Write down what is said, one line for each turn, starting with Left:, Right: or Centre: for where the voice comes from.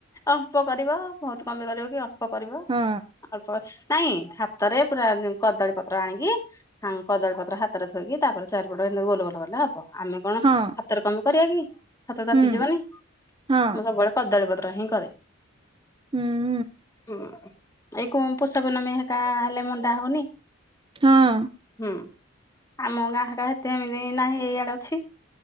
Left: ଅଳ୍ପ କରିବ, ବହୁତ କଣପାଇଁ କରିବ କି? ଅଳ୍ପ କରିବ।
Right: ହଁ।
Left: ଅଳ୍ପ, ନାଇଁ ହାତରେ ପୁରା କଦଳୀ ପତ୍ର ଆଣିକି ହଁ କଦଳୀପତ୍ର ହାତରେ ଥୋଇକି ତାପରେ ଚାରିପଟ ଏମତି ଗୋଲ ଗୋଲ କଲେ ହବ। ଆମେ କଣ,
Right: ହଁ
Left: ହାତରେ କଣପାଇଁ କରିବା କି? ହାତ ତାତି
Right: ହୁଁ
Left: ଯିବନି,
Right: ହଁ
Left: ମୁଁ ସବୁବେଳେ କଦଳି ପତ୍ର ହିଁ କରେ।
Right: ହୁଁ।
Left: ହୁଁ, ଏଇ କଣ ପୁଷପୁର୍ଣମୀ ହେକା ହେଲେ ମୁଣ୍ଡା ହଉନି?
Right: ହଁ।
Left: ହୁଁ ଆମ ଗାଁ ହେକା ଏତେ ଏମିତି ନାହିଁ, ଏଇଆଡେ ଅଛି।